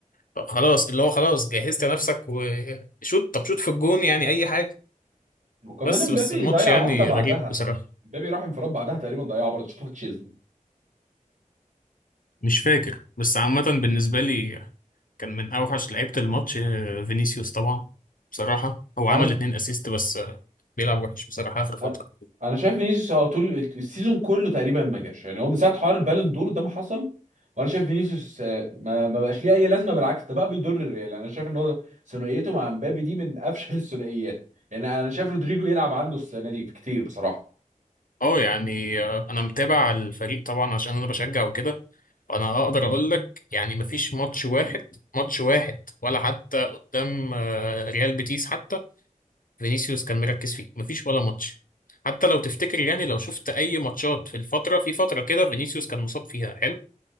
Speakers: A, on the left; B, on the right.
A: طب خلاص اللي هو خلاص جهزت نفسك وشوت طب شوت في الجون يعني اي حاجة
B: وكمان
A: بس
B: امبابي
A: بس الماتش
B: ضيع
A: يعني
B: واحدة بعدها
A: غريب بصراحة
B: امبابي راح انفراد بعدها تقريبا ضيعها برضه شفته في تشيزني
A: مش فاكر بس عامة بالنسبة لي كان من اوحش لعيبة الماتش آه، فينيسيوس طبعا بصراحة هو
B: انا
A: عمل اتنين اسيست بس آه، بيلعب وحش بصراحة اخر فترة
B: أ- انا شايف فينيسيوس هو طول السيزون كله تقريبا ما جاش يعني هو من ساعه حوار البالون دور ده ما حصل وانا شايف فينيسيوس آه، ما ما بقاش ليه اي لازمه بالعكس ده بقى بيضر الريال يعني انا شايف ان هو ثنائيته مع مبابي دي من افشل الثنائيات يعني انا شايف رودريجو يلعب عنه السنه دي كتير بصراحه
A: اه يعني آه، انا متابع الفريق طبعا عشان انا بشجع وكده فانا اقدر اقول لك يعني مفيش ماتش واحد ماتش واحد ولا حتى قدام آه، ريال بيتيس حتى فينيسيوس كان مركز فيه مفيش ولا ماتش حتى لو تفتكر يعني لو شفت اي ماتشات في الفتره في فتره كده فينيسيوس كان مصاب فيها حلو